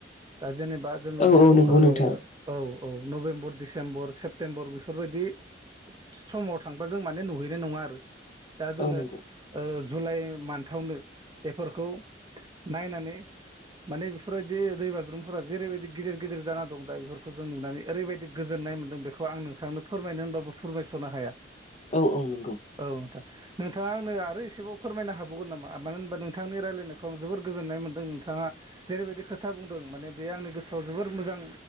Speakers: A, on the right; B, on the left.
A: दा जेनेबा जोङो
B: औ
A: बेखौ
B: औ नंगौ
A: ओ
B: नोंथां
A: औ औ नभेम्बर डिसेम्बर सेप्तेम्बर बेफोरबायदि समाव थांबा जों माने नुहैनाय नङा आरो। दा जोङो
B: औ नंगौ
A: ओ जुलाइ मान्थआवनो बेफोरखौ नायनानै <unintelligible> माने बेफोरबायदि दै बाज्रुमफोरा जेरैबायदि गिदिर गिदिर जाना दं दा बेफोरखौ जों नुनानै ओरैबायदि गोजोननाय मोनदों। बे खौ आं नोंथांनो फोरमायनो होनबाबो फोरमायस'नो हाया।
B: औ औ नंगौ।
A: औ नोंथां। नोंथाङा आंनो आरो एसेबाव फोरमायनो हाबावगोन नामा? मानो होनबा नोंथांनि रायलायनायखौ आं जोबोर गोजोननाय मोनदों। दों नोंथाङा जेरैबायदि खोथा बुंदों माने बे आंनि गोसोआव जोबोर मोजां